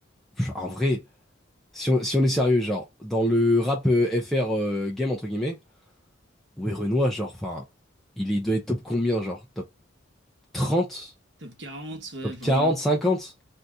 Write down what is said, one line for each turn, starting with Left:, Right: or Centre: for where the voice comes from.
Centre: pff, en vrai, si on, si on est sérieux, genre, dans le rap euh, FR euh, game, entre guillemets. Ouais, Renoir, genre, enfin, il est- doit être top combien, genre? Top 30,
Right: Top 40 ouais,
Centre: Top
Right: voilà.
Centre: 40, 50.